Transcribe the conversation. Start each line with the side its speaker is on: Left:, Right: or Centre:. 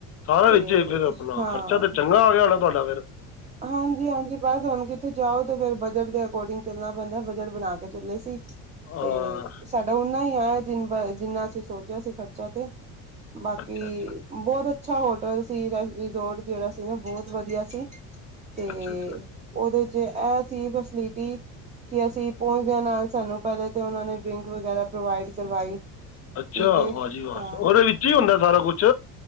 Left: ਸਾਰਾ
Right: ਤੇ
Left: ਵਿੱਚੇ ਫ ਆਪਣਾ
Right: ਹਾਂ
Left: ਖਰਚਾ ਤੇ ਚੰਗਾ ਆ ਗਿਆ ਹੋਣਾ ਤੁਹਾਡਾ ਫੇਿਰ।
Right: ਹਾਂਜੀ ਹਾਂਜੀ ਬਸ ਹੁਣ ਕਿੱਥੇ ਜਾਓ ਤੇ ਫੇਿਰ ਬਜਟ ਦੇ ਅਕੋਰਡਿੰਗ। ਚੁੱਲਣਾ ਪੈਂਦਾ ਬਜਟ ਬਣਾ ਕੇ ਚੱਲੇ ਸੀ
Left: ਹਾਂ
Right: ਤੇ ਸਾਡਾ ਓਨਾ ਹੀ ਆ। ਜਿੰਨ ਬ ਜਿੰਨਾ ਅਸੀਂ ਸੋਚਿਆ ਸੀ ਖਰਚਾ ਤੇ ਬਾਕੀ।
Left: ਅੱਛਾ ਅੱਛਾ
Right: ਬਹੁਤ ਅੱਛਾ ਹੋਟਲ ਸੀ ਰਿਜ਼ੋਰਟ ਜਿਹੜਾ ਸੀ ਨਾ ਬਹੁਤ ਵਧੀਆ ਸੀ। ਤੇ
Left: ਅੱਛਾ ਅੱਛਾ
Right: ਉਹਦੇ ਚ ਏਹ ਸੀ ਫੈਸਲਿਟੀ। ਕਿ ਅਸੀਂ ਪੁਹੰਚਦਿਆਂ ਨਾਲ ਸਾਨੂ ਪਹਲੇ ਤੇ ਉਨ੍ਹਾਂਨੇ ਡਰਿੰਕ ਵਗੈਰਾ ਪ੍ਰੋਵਾਇਡ ਕਰਵਾਈ।
Left: ਅੱਛਾ
Right: ਠੀਕ ਹੈ
Left: ਵਾਹ ਜੀ ਵਾਹ
Right: ਹਾਂ
Left: ਓਹਦੇ ਵਿੱਚ ਹੀ ਹੁੰਦਾ ਸਾਰਾ ਕੁਛ।